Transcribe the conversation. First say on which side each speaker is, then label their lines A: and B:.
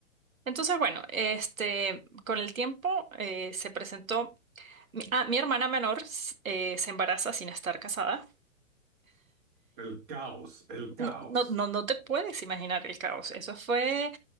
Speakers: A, on the right; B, on the right.
A: Entonces, bueno, este, con el tiempo eh, se presentó, mi, ah, mi hermana menor eh, se embaraza sin estar casada.
B: El caos, el
A: No,
B: caos.
A: no, no, no te puedes imaginar el caos. Eso fue,